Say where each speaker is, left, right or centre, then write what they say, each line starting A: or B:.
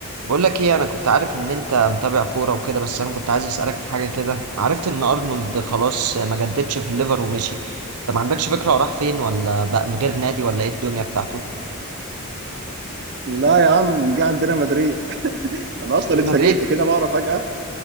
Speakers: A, on the right; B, on the right.
A: بقول لك ايه انا كنت عارف ان انت متابع كوره وكده بس انا كنت عايز اسالك في حاجه كده عرفت ان ارنولد خلاص ما جددش في الليفر ومشي انت ما عندكش فكره هو راح فين ولا بقى من غير نادي ولا ايه الدنيا بتاعته
B: لا يا عم جه عندنا مدريد <laughs> انا اصلا
A: ريال
B: اتفاجئت
A: مدريد
B: كده بقرا فجأة